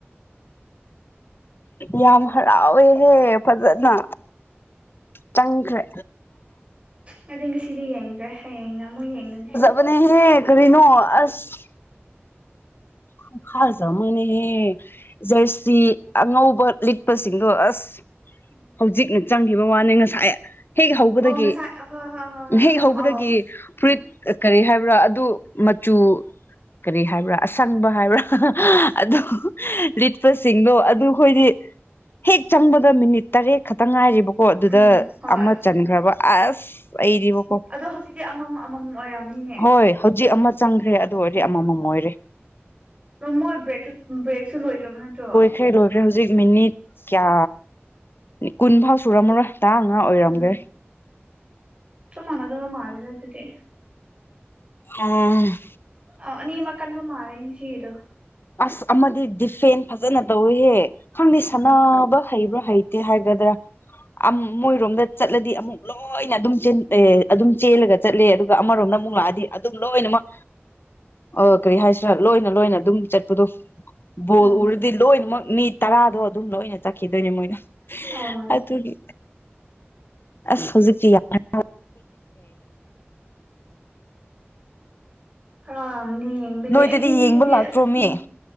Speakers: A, on the left; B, on the right.
A: ꯌꯥꯝ ꯍꯔꯥꯎꯋꯦꯍꯦ ꯐꯖꯅ ꯆꯪꯈ꯭ꯔꯦ
B: ꯑꯩꯗꯤ ꯉꯁꯤꯗꯤ ꯌꯦꯡꯗ꯭ꯔꯦ ꯍꯌꯦꯡꯅ ꯑꯃꯨꯛ ꯌꯦꯡꯉꯅꯤ
A: ꯃꯅꯦꯍꯦ ꯀꯔꯤꯅꯣ ꯑꯁ <unintelligible> ꯖꯔꯁꯤ ꯑꯉꯧꯕ ꯂꯤꯠꯄꯁꯤꯡꯗꯣ ꯑꯁ
B: ꯎꯝ
A: ꯍꯧꯖꯤꯛꯅ ꯆꯪꯈꯤꯕ ꯋꯥꯅꯦ ꯉꯁꯥꯏ ꯍꯦꯛ ꯍꯧꯕꯗꯒꯤ
B: ꯑꯣ ꯉꯁꯥꯏ ꯍꯣꯏ ꯍꯣꯏ ꯍꯣꯏ ꯍꯣꯏ
A: ꯍꯦꯛ ꯍꯧꯕꯗꯒꯤ
B: ꯑꯧ
A: ꯐꯨꯔꯤꯠ ꯀꯔꯤ ꯍꯥꯏꯕ꯭ꯔꯥ ꯑꯗꯨ ꯃꯆꯨ ꯀꯔꯤ ꯍꯥꯏꯕ꯭ꯔꯥ ꯑꯁ ꯁꯪꯕ ꯍꯥꯏꯕ꯭ꯔꯥ ꯑꯗꯨ ꯂꯤꯠꯄꯁꯤꯡꯗꯣ ꯑꯗꯨ ꯈꯣꯏꯗꯤ ꯍꯦꯛ ꯆꯪꯕꯗ ꯃꯤꯅꯤꯠ ꯇꯔꯦꯠ ꯈꯛꯇ ꯉꯥꯏꯔꯤꯕ ꯍꯣ ꯑꯗꯨꯗ
B: ꯎꯝ ꯍꯣꯏ
A: ꯑꯃ ꯆꯟꯈ꯭ꯔꯕ ꯑꯁ ꯑꯩꯗꯤꯕꯨ
B: ꯑꯗꯣ ꯍꯧꯖꯤꯛꯇꯤ ꯑꯃꯝ ꯑꯃꯝ ꯑꯣꯏꯔꯝꯅꯤꯅꯦ
A: ꯍꯣꯏ ꯍꯧꯖꯤꯛ ꯑꯃ ꯆꯪꯈ꯭ꯔꯦ ꯑꯗꯨ ꯑꯣꯏꯔꯗꯤ ꯑꯃꯝꯃꯝ ꯑꯣꯏꯔꯦ
B: ꯑꯗꯣ ꯃꯣꯏ ꯕ꯭ꯔꯦꯛ ꯕ꯭ꯔꯦꯛꯁꯨ ꯂꯣꯏꯈ꯭ꯔꯕ ꯅꯠꯇ꯭ꯔꯣ
A: ꯈ꯭ꯔꯦ ꯂꯣꯏꯈ꯭ꯔꯦ ꯍꯧꯖꯤꯛ ꯃꯤꯅꯤꯠ ꯀꯌꯥ ꯀꯨꯟ ꯐꯥꯎ ꯁꯨꯔꯝꯃꯔꯣꯏ ꯇꯥꯉꯥ ꯑꯣꯏꯔꯝꯒ꯭ꯔꯦ
B: ꯎꯝ ꯆꯞ ꯃꯥꯟꯅꯗꯕ ꯃꯥꯜꯂꯦ ꯑꯗꯨꯗꯤ
A: ꯎꯝ
B: ꯑ ꯑꯅꯤꯃꯛ ꯀꯟꯕ ꯃꯥꯜꯂꯦ ꯉꯁꯤꯒꯤꯗꯣ
A: ꯑꯁ ꯑꯃꯗꯤ ꯗꯤꯐꯦꯟ ꯐꯖꯅ ꯇꯧꯋꯤꯍꯦ ꯈꯪꯗꯦ
B: ꯑꯣ
A: ꯁꯥꯟꯅꯕ ꯍꯩꯕ꯭ꯔꯥ ꯍꯩꯇꯦ ꯍꯥꯏꯒꯗ꯭ꯔꯥ ꯑ ꯃꯣꯏꯔꯣꯝꯗ ꯆꯠꯂꯗꯤ ꯑꯃꯨꯛ ꯂꯣꯏꯅ ꯑꯗꯨꯝ ꯆꯦꯟ ꯑꯦ ꯑꯗꯨꯝ ꯆꯦꯜꯂꯒ ꯆꯠꯂꯦ ꯑꯗꯨꯒ ꯑꯃꯔꯣꯝꯗ ꯑꯃꯨꯛ ꯂꯥꯛꯑꯗꯤ ꯑꯗꯨꯝ ꯂꯣꯏꯅꯃꯛ
B: <unintelligible>
A: ꯑ ꯀꯔꯤ ꯍꯥꯏꯁꯤꯔꯥ ꯂꯣꯏꯅ ꯂꯣꯏꯅ ꯑꯗꯨꯝ ꯆꯠꯄꯗꯣ ꯕꯣꯜ
B: ꯎꯝ
A: ꯎꯔꯗꯤ ꯂꯣꯏꯅꯃꯛ ꯅꯤꯠ ꯇꯔꯥꯗꯣ ꯑꯗꯨꯝ ꯂꯣꯏꯅ ꯆꯠꯈꯤꯗꯣꯏꯅꯦ ꯃꯣꯏꯅ
B: ꯑꯣ
A: ꯑꯗꯨꯒꯤ ꯑꯁ ꯍꯧꯖꯤꯛꯇꯛꯛꯇꯤ ꯌꯥꯝ
B: ꯑꯥꯝꯅꯦ ꯌꯦꯡꯕꯒꯤ
A: ꯅꯣꯏꯗꯗꯤ
B: ꯑꯩꯗꯤ ꯉꯁꯤꯗꯤ
A: ꯌꯦꯡꯕ ꯂꯥꯛꯇ꯭ꯔꯣ
B: ꯑꯁꯅꯦ
A: ꯃꯤ